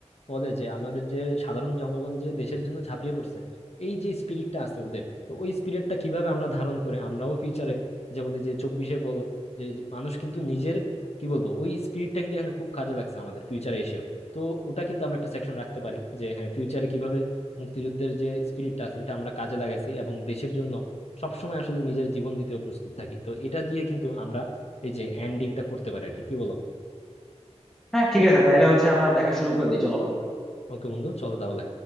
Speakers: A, on the left; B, in the centre.
A: ফলে যে আমাদের যে সাধারণ জনগণ যে দেশের জন্য ঝাঁপিয়ে পড়ছে এই যে স্পিরিটটা আছে ওদের তো ওই স্পিরিটটা কিভাবে আমরা ধারণ করে আমরাও ফিউচারে যেমন এই যে চব্বিশে বলো যে মানুষ কিন্তু নিজের কি বলবো ওই স্পিরিটটা কিন্তু এখানে খুব কাজে লাগছে আমাদের ফিউচারে এসে। তো ওটা কিন্তু আমরা একটা সেকশন রাখতে পারি যে হ্যাঁ ফিউচারে কিভাবে মুক্তিযুদ্ধের যে স্পিরিটটা আছে এটা আমরা কাজে লাগাইছি এবং দেশের জন্য সবসময় আসলে নিজের জীবন দিতেও প্রস্তুত থাকি তো এটা দিয়ে কিন্তু আমরা এই যে এন্ডিংটা করতে পারি আর কি কি বলো
B: হ্যাঁ ঠিক আছে তাহলে হচ্ছে আমরা লেখা শুরু করে দিই চলো
A: ওকে বন্ধু চলো তাহলে